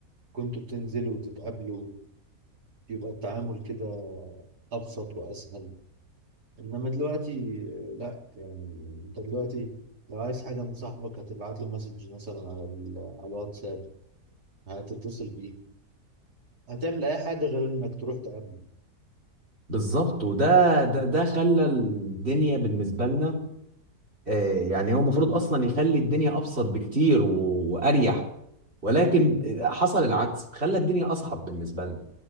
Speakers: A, on the right; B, on the right.
A: كنتوا بتنزلوا وتتقابلوا يبقى التعامل كده ابسط واسهل انما دلوقتي لا يعني انت دلوقتي لو عايز حاجه من صاحبك هتبعت له مسج مثلا على ال- على الواتساب هتتصل بيه هتعمل اي حاجه غير انك تروح تقابله
B: بالظبط وده ده ده خلى الدنيا بالنسبه لنا آه، يعني هو المفروض اصلا يخلي الدنيا ابسط بكتير و- واريح ولكن آه، حصل العكس خلى الدنيا اصعب بالنسبه لنا